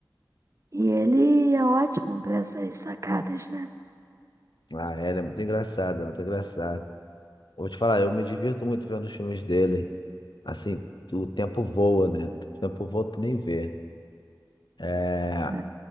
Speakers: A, on the right; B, on the left.
A: E ele é ótimo para essas sacadas, né?
B: Ah, é, ele é muito engraçado, é muito engraçado. Vou te falar, eu me divirto muito vendo os filmes dele. Assim, o tempo voa, né? O tempo voa, tu nem vê. É...
A: Né?